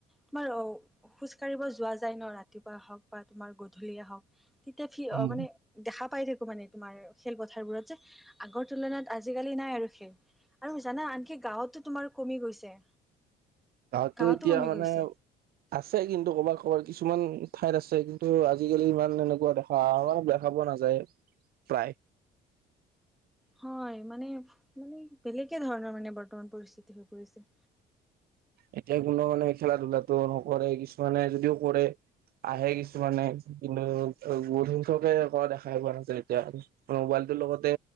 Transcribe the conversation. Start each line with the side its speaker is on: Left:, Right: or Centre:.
Centre: তোমাৰ অ', খোজ কঢ়িব যোৱা যায় ন, ৰাতিপুৱাই হওঁক বা তোমাৰ গধূলিয়েই হওঁক। তেতিয়া ফি
Right: উম
Centre: অ', মানে দেখা পাই থাকোঁ মানে তোমাৰ খেলপথাৰবোৰত যে, আগৰ তুলনাত আজিকালি নাই আৰু খেল। আৰু জানা আনকি গাঁৱতো তোমাৰ কমি গৈছে।
Right: তাত তো
Centre: গাঁৱতো
Right: এতিয়া
Centre: কমি
Right: মানে
Centre: গৈছে
Right: আছে কিন্তু ক'বাত, ক'বাত কিছুমান ঠাইত আছে, কিন্তু আজিকালি ইমান এনেকুৱা দেখা অ', মানে বিয়া খাব নাযায় প্ৰায়।
Centre: হয় মানে মানে বেলেগে ধৰণৰ মানে বৰ্তমান পৰিস্থিতি হৈ পৰিছে।
Right: এতিয়া কোনো মানে খেলা ধূলাটো নকৰে, কিছুমানে যদিও কৰে আহে কিছুমানে, কিন্তু বহুত সংখ্যকে অ', দেখাই পোৱা নাযায় এতিয়া। অ', মোবাইলটোৰ লগতে